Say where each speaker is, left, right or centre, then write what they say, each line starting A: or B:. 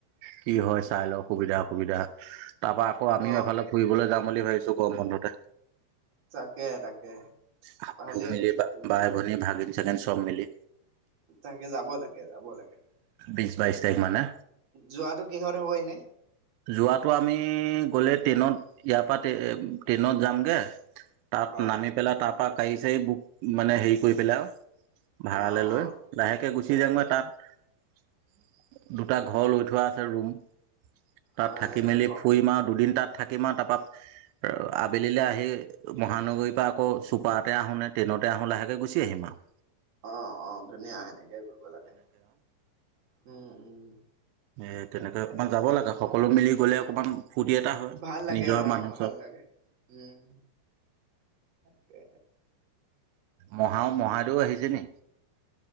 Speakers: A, on the right; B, on the right.
A: কি হয় চাই লওঁ, সুবিধা অসুবিধা তাৰপা আকৌ আমিও
B: অ
A: এফালে ফুৰিবলৈ যাম বুলি ভাবিছো গৰম বন্ধতে।
B: তাকে তাকে।
A: সকলো
B: ভালেই
A: মিলি বা
B: কৰিব
A: ভাই-ভনী,
B: লাগে
A: ভাগিন-চাগিন, চব মিলি
B: তাকে যাব লাগে, যাব লাগে।
A: বিছ-বাইছ তাৰিখমানে
B: যোৱাটো কিহত হ'ব এনে?
A: যোৱাটো আমি গ'লে ট্ৰেইনত, ইয়াৰ পৰা ট্ৰে-ট্ৰেইনত যামগে তাত
B: হয়
A: নামি পেলাই তাৰ পৰা গাড়ী-চাড়ী বুক, মানে হেৰি কৰি পেলাই ভাড়ালে
B: অ
A: লৈ,
B: অ
A: লাহেকে গুচি
B: তাকে
A: যামগৈ তাত দুটা ঘৰ লৈ থোৱা আছে ৰুম। তাত
B: অ
A: থাকি
B: দে
A: মেলি
B: ভ
A: ফুৰিম আও দুদিন তাত থাকিমা তাৰপ আবেলিলে আহি মহানগৰীৰ পৰা আকৌ চুপাতে আহো নে ট্ৰেইনত ততে আহো লাহে গুচি আহিম আও।
B: অ অ ধুনীয়া সেনেকেই কৰিব লাগে। উম উম
A: এ তেনেকে
B: তাকে
A: অকমান যাব লাগে সকলো মিলি গলে অকমান ফূৰ্তি এটা হয়
B: ভাল লাগে
A: নিজৰ
B: আহ
A: মানুহ
B: ভাল
A: চব
B: লাগে উম। তাকে
A: মহা মহাদেউ আহিছে নি?